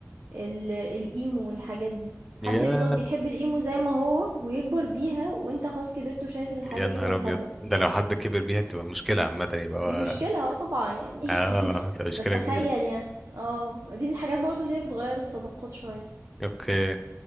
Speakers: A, on the right; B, in the centre.
A: ال الإيمو والحاجات دي حد
B: يا
A: يفضل بيحب الإيمو زي ما هو ويكبر بيها وانت خلاص كبرت وشايف ان الحاجة
B: يا نهار
A: دي بقت
B: ابيض
A: هبلة
B: ده لو حد كبر بيها تبقى مشكله عامه يبقى هو-
A: دي مشكلة اه طبعا يعني
B: اه
A: <laughs>
B: تبقى مشكله
A: بس تخيل
B: كبيره
A: يعني اه دي من الحاجات برضو اللي هي بتغير الصداقات شوية
B: اوكي